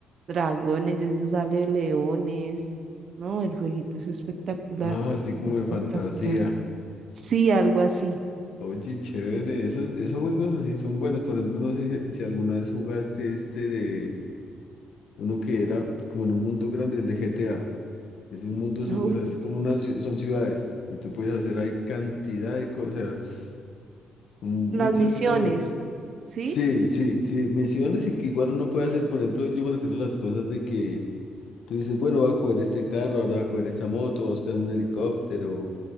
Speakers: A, on the right; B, on the left.
A: dragones, eso sale de leones, ¿no? El jueguito es espectacular,
B: Ah, así como
A: espectacular.
B: de fantasía.
A: Sí, algo así.
B: Oye, chévere,
A: Mm,
B: esos, esos juegos así son buenos. Por ejemplo, no sé si, si alguna vez jugaste este de uno que era como en un mundo grande, el de G T A Es un mundo,
A: uy,
B: sub- o sea, es como
A: sí.
B: una, ci- son ciudades y tú puedes hacer ahí cantidad de cosas, muchas
A: Las misiones,
B: cosas.
A: ¿sí?
B: Sí, sí, sí, misiones y que igual uno puede hacer, por ejemplo, yo me refiero a las cosas de que tú dices, bueno, voy a coger este carro, ahora voy a coger esta moto, voy a buscar un helicóptero,